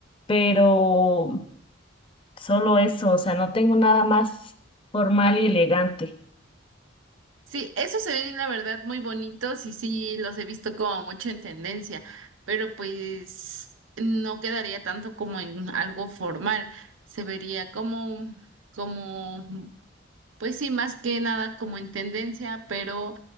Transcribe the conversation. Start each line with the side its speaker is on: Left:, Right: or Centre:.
Left: pero solo eso, o sea, no tengo nada más formal y elegante.
Right: Sí, esos se ven la verdad muy bonitos y sí los he visto como mucho en tendencia, pero pues no quedaría tanto como en algo formal, se vería como, como pues sí, más que nada como en tendencia, pero